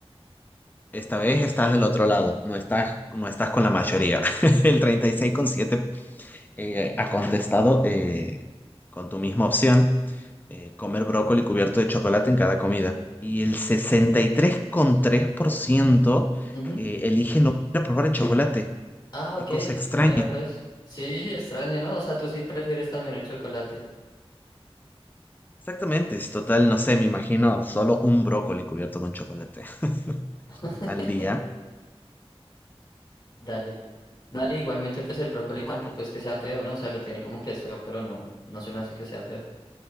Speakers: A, on the left; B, on the left.
A: Esta vez estás del otro lado, no estás, no estás con la mayoría. <laughs> El 36,7 eh, ha contestado eh, con tu misma opción, eh, comer brócoli cubierto de chocolate en cada comida. Y el 63,3%
B: ujú.
A: eh, elige no volver a probar el chocolate.
B: Ah,
A: Qué
B: ok.
A: cosa extraña.
B: Mira pues. Sí, extraño, ¿no? O sea, tú sí prefieres también el chocolate.
A: Exactamente, es total, no sé, me imagino solo un brócoli cubierto con chocolate <laughs>
B: <laughs>
A: al día.
B: Dale. Dale, igualmente pues el brócoli
A: Igualmente.
B: tampoco es que sea feo, ¿no? O sea, lo tiene como que es feo, pero no, no se me hace que sea feo.